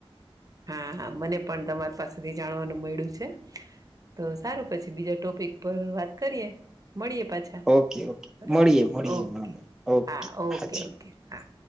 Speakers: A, on the right; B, in the centre.
A: હા હા મને પણ તમારી પાસેથી જાણવાનું મળ્યું છે. તો સારું પછી બીજા ટોપિક પર વાત કરીએ મળીએ પાછા
B: ઓકે ઓકે
A: બરાબર
B: મળીએ મળીએ
A: ઓકે
B: હમણાં મળીએ. ઓકે
A: હા ઓકે
B: હાજી
A: ઓકે હા